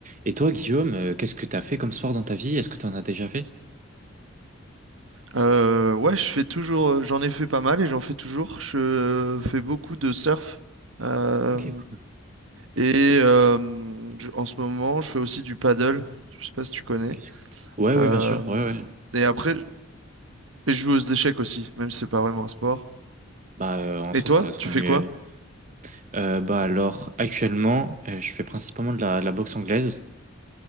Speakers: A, on the right (about 40°); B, on the right (about 70°).
A: Et toi, Guillaume, euh, qu'est-ce que t'as fait comme sport dans ta vie? Est-ce que t'en as déjà fait?
B: Euh, ouais, je fais toujours, euh, j'en ai fait pas mal et j'en fais toujours. Je fais beaucoup de surf. Euh,
A: Ok, cool.
B: et euh, je- en ce moment, je fais aussi du paddle. Je sais pas si tu connais.
A: Ok, c'est- Ouais, oui,
B: Euh,
A: bien sûr. Ouais, ouais.
B: et après, et je joue aux échecs aussi, même si c'est pas vraiment un sport.
A: Bah, euh, en soi,
B: Et toi,
A: ça reste
B: tu
A: quand même.
B: fais
A: euh,
B: quoi?
A: euh, bah, alors, actuellement, euh, je fais principalement de la, de la boxe anglaise.